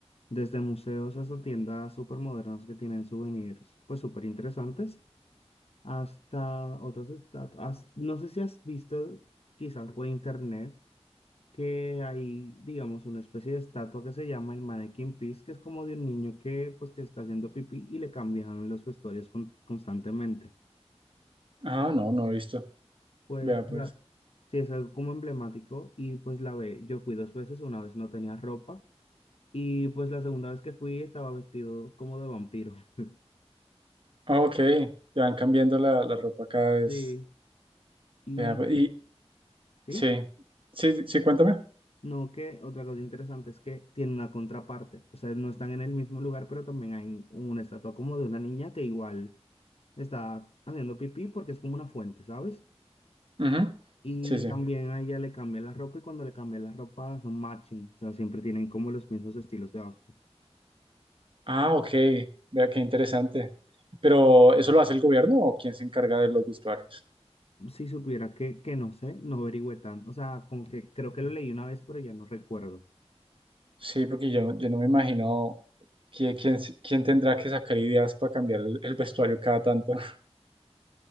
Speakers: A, on the left; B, on the right.
A: Desde museos hasta tiendas súper modernas que tienen souvenirs, pues súper interesantes, hasta otros estados. No sé si has visto quizás por internet que hay, digamos, una especie de estatua que se llama el Mannequin Pis, que es como de un niño que, pues, que está haciendo pipí y le cambian los vestuarios con- constantemente.
B: Ah, no, no he visto.
A: Pues,
B: Vea, pues.
A: la, sí, es algo como emblemático y pues la ve, yo fui dos veces, una vez no tenía ropa y pues la segunda vez que fui estaba vestido como de vampiro. <laughs>
B: Ah, Ok, te van cambiando la, la ropa cada vez.
A: Sí, y
B: Vea, pues, y
A: sí,
B: sí, sí, sí, cuéntame.
A: no que otra cosa interesante es que tiene una contraparte, o sea, no están en el mismo lugar, pero también hay una estatua como de una niña que igual está haciendo pipí porque es como una fuente, ¿sabes?
B: Ujú.
A: Y
B: Sí, sí.
A: también a ella le cambian la ropa y cuando le cambian la ropa son matching, o sea, siempre tienen como los mismos estilos de outfit.
B: Ah, ok. Vea qué interesante. Pero ¿eso lo hace el gobierno o quién se encarga de los vestuarios?
A: Si supiera que, que no sé, no averigüé tanto, o sea, como que creo que lo leí una vez, pero ya no recuerdo.
B: Sí, porque yo, yo no me imagino qui- quién, quién tendrá que sacar ideas para cambiar el, el vestuario cada tanto. <laughs>